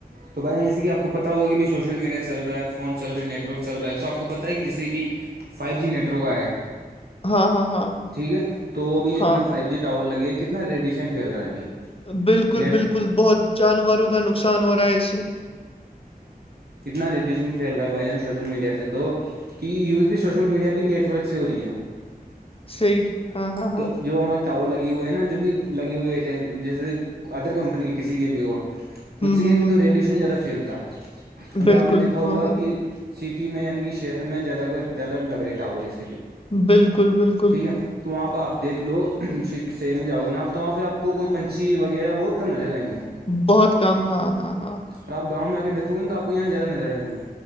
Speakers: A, on the right; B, on the left.
A: تو بھائی جان جیسے کہ آپ کو پتا ہوا کہ بھی سوشل میڈ چ رہ ہے فون چل رہا ہے نٹ ورک چل رہا ہے تو آپ کو پت ہے کہ جسسی بھی فائیو جی نیٹ ورک آئے
B: ہاں ہاں ہاں ہاں
A: ٹھیک ہے تو ابھی جو
B: ہاں
A: اپنے فائیو جی ٹور لگے کتنا ریڈیشن فھیل رہا ہے ابھی
B: بالکل
A: نیٹ
B: بالکل بہت جانوروں کا نقصان ہو رہا ہے اسے
A: اتنا ریڈیشن فھیل رہا ہے بھائی جان سوشل میڈیا سے تو کی یوز بھی سوشل میڈیا بھی نیٹورک سے ہو رہی ہے
B: صحیح ہاں ہاں
A: تو
B: ہاں
A: جو ہمار ٹاور لگے ہوئے ہیں نا جو بھی لگے ہوئے ایئرٹیل جیسے ادر کمپنی کسی کے بھی ہو مجھ
B: ہوں
A: سے
B: ہوں
A: کہ ایک
B: ہوں
A: تو ریڈیشن زیادہ فیل تھا ابھی
B: بالکل
A: آپ نے دیکھا ہوگا
B: ہاں ہاں
A: کہ سٹی میں یعنی کہ شہر میں زیادہ کا زیادہ لگ رہے ٹاور اس
B: بالکل بالکل
A: ٹھیک ہے تو وہاں پہ آپ دیکھ لو سیر میں جاؤ گے نا آپ تو وہاں پہ آپ کو کوئی پنچھی وغیرہ بہت کم نظر آئیں گے
B: بہت کم ہاں ہاں ہاں
A: اور آ گاؤں میں آ کےیکھو گے تو آپ کو یہاں جیاہ نظر آیں گے